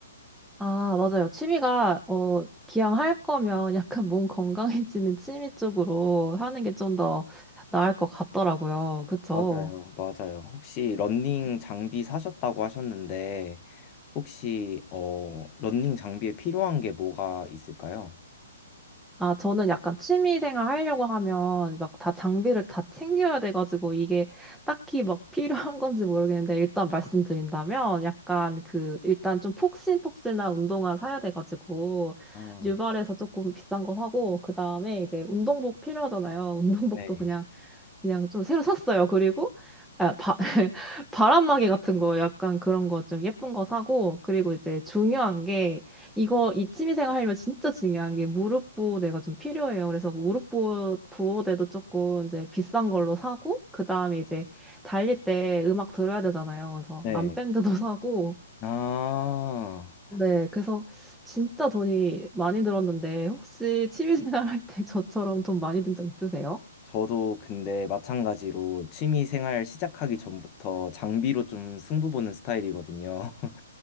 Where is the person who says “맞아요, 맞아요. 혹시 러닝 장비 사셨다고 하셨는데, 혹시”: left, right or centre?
Left